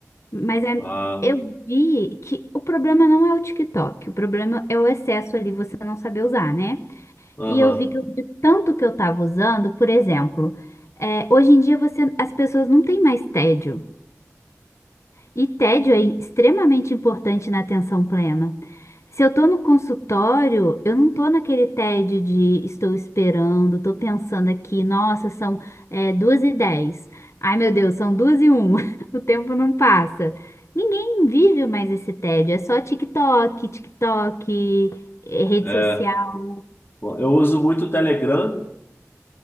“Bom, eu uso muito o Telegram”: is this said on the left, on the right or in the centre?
Left